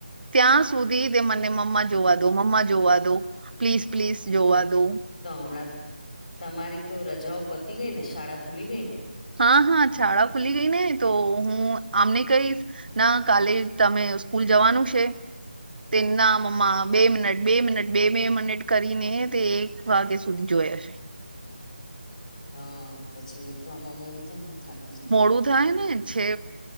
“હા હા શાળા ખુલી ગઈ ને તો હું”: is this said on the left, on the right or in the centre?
Right